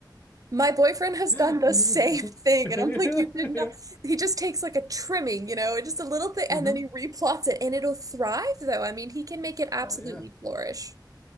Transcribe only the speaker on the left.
<laughs>
hmm
Oh yeah.